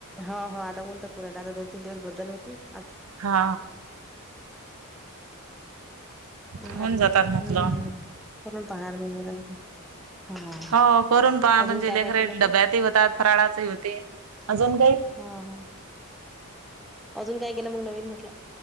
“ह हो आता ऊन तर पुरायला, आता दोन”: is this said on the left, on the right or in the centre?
Centre